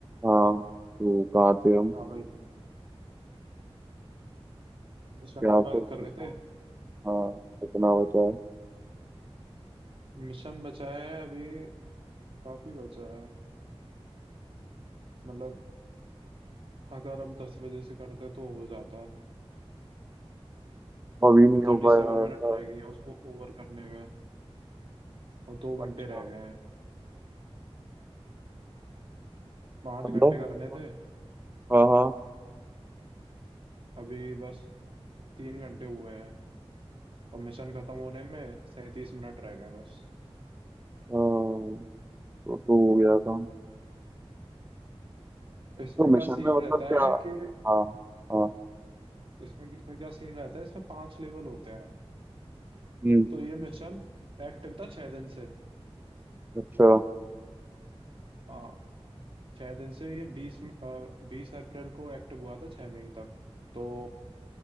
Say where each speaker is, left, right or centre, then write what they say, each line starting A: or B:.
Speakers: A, on the right (about 20°); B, on the right (about 55°).
A: हाँ तो कहाँ थे हम
B: हाँ भाई मिशन
A: क्या
B: की
A: फिर
B: बात
A: कितना
B: कर रहे थे
A: हाँ कितना बचा है
B: मिशन बचा है अभी काफी बचा है मतलब अगर हम दस बजे से करते तो हो जाता
A: अभी
B: अभी
A: नहीं हो
B: थर्टी
A: पाया
B: सेवन
A: मेरे
B: मिनट
A: साथ
B: रह गई हैं उसको ओवर करने में और दो
A: अच्छा
B: घंटे रह गए हैं पाँच
A: मतलब
B: घंटे करने
A: मतलब,
B: थे
A: हाँ हाँ
B: अभी बस तीन घंटे हुए हैं और मिशन खत्म होने में सैंतीस मिनट रह गए हैं बस
A: हाँ, तो तो हो गया काम
B: इसमें
A: तो
B: क्या
A: मिशन
B: सीन
A: में मतलब
B: रहता
A: क्या
B: है कि
A: हाँ हाँ
B: इसमें इसमें क्या सीन रहता है इसमें पांच लेवल होते हैं
A: हम्म
B: तो ये मिशन एक्टिव था छह दिन से
A: अच्छा
B: हाँ छह दिन से ये बीस बीस अप्रैल को एक्टिव हुआ था छह मई तक तो